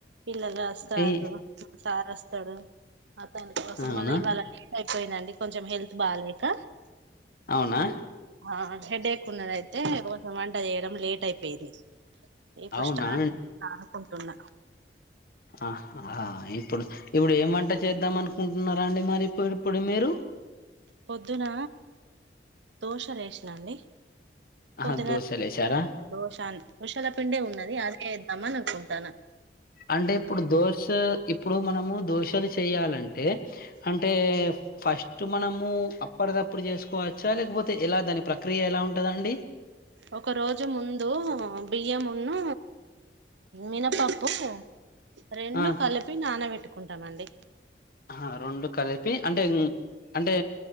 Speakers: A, on the right; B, on the left.
A: పిల్లలు వస్తారు
B: ఏ
A: మా సారు వస్తాడు అతని కోసం
B: అవునా
A: మళ్ళీ ఇవ్వాళ లేట్ అయిపోయిందండి కొంచెం హెల్త్ బాలేక
B: అవునా
A: ఆ హెడేక్ ఉన్నదయితే కొంచెం వంట చేయడం లేట్ అయిపోయింది ఏ ఫస్ట్
B: అవునా
A: అనుకుంటున్నా
B: ఆ ఇప్పుడు ఇప్పుడు ఏం వంట చేద్దాం అనుకుంటున్నారా అండి మరి ఇప్పు ఇప్పుడు మీరు
A: పొద్దున దోశలు వేసినాండి
B: ఆహా
A: పొద్దుగాల
B: దోశలేసారా
A: దోష విషాల పిండే ఉన్నది అదే వద్దామని అనుకుంటాను
B: అంటే ఇప్పుడు దోష్ ఇప్పుడు మనము దోషలు చేయాలంటే అంటే ఫస్ట్ మనము అప్పటి తప్పుడు చేసుకోవచ్చా లేకపోతే ఎలా దాని ప్రక్రియ ఎలా ఉంటదండి
A: ఒక రోజు ముందు బియ్యమును మినపప్పు రెండు
B: ఆ
A: కలిపి నానబట్టుకుంటామండి
B: ఆ రెండు కలిపి అంటే అంటే అంటే